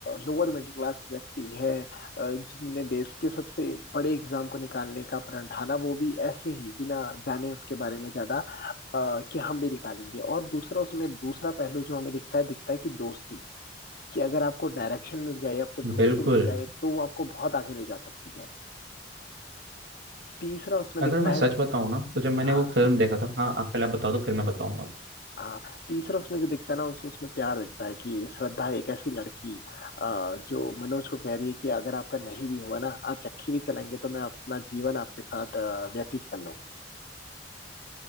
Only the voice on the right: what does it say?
बिल्कुल
अगर
मैं सच
बताऊँ ना तो जब मैंने
वो फिल्म देखा था हाँ आप पहले बता दो फिर मैं बताऊंगा